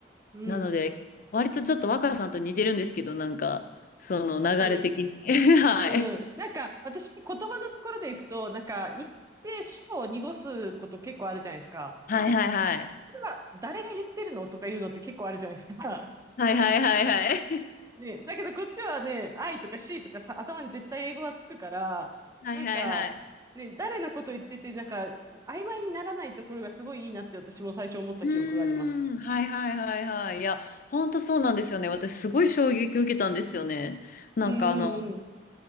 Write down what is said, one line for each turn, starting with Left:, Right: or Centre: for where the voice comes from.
Right: うん。
Left: なので、割とちょっと若さんと似てるんですけど、なんか、その流れ的に。
Right: 確かに。
Left: <laughs> はい。
Right: うん。なんか、私、言葉のところでいくと、なんか、日本って主語を濁すこと結構あるじゃないですか。
Left: はいはいはい。
Right: それは、誰が言ってるのとか言うのって結構あるじゃないですか。
Left: はいはいはいはい。
Right: <laughs> ね、だけどこっちはね、I とか C とかさ、頭に絶対英語がつくから、
Left: <laughs> はいはいはい。
Right: なんか、ね、誰のこと言ってて、なんか、曖昧にならないところがすごいいいなって私も最初思った記憶があります。
Left: うーん。はいはいはいはい。いや、ほんとそうなんですよね。私すごい衝撃受けたんですよね。なんかあの、
Right: うんうん